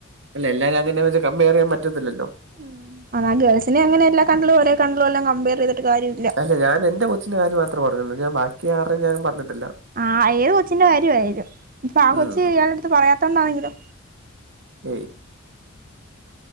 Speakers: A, on the right (about 65°); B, on the right (about 45°).
A: അല്ല എല്ലാരും അങ്ങനെ വെച്ച് കമ്പയർ ചെയ്യാൻ പറ്റത്തില്ലല്ലോ
B: ഉം എന്ന ഗേൾസിനെ അങ്ങനെ എല്ലാ കണ്ണിലും ഒരേ കണ്ണിലും എല്ലാം കമ്പെയർ ചെയ്തിട്ട് കാര്യം
A: അല്ല ഞാൻ എന്റെ കൊച്ചിന്റെ കാര്യം മാത്രേ പറഞ്ഞുള്ളൂ ഞാൻ ബാക്കി ആർടേം ഞാൻ പറഞ്ഞിട്ടില്ല
B: ആഹ് ഏത് കൊച്ചിന്റെ കാര്യം ആയാലും ഇപ്പൊ ആഹ്
A: ഉം
B: കൊച്ചു ഇയാളടുത്ത് പറയാത്തോണ്ടാണെങ്കിലോ
A: ഏയ്‌